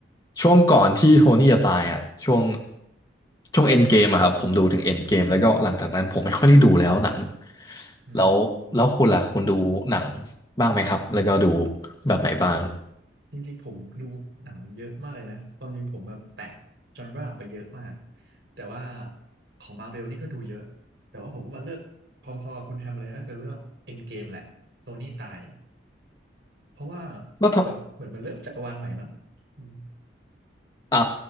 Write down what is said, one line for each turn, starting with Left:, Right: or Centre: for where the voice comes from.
Left: ช่วงก่อนที่โทนี่จะตายอ่ะช่วงช่วงเอ็นเกมอะครับผมดูถึงเอ็นเกมแล้วก็หลังจากนั้นผมไม่ค่อยได้ดูแล้วหนัง
Right: อื
Left: แล้วแล้วคุณล่ะคุณดูหนัง
Right: ม
Left: บ้างไหมครับแล้วก็ดูแบบไหนบ้าง
Right: จริงๆผมดูหนังเยอะมากเลยนะความจริงผมแบบแตกจอนราไปเยอะมาก แต่ว่าของมาเวลนี่ก็ดูเยอะ แต่ว่าผมก็มาเลิกพร้อมๆกับคุณแฮมเลยก็คือเรื่องเอ็นเกมแหละโทนี่ตายเพราะว่า
Left: แล้ว
Right: เปิดเหมือนมันเริ่มจักรวาลใหม่มั้งอืม
Left: อ่า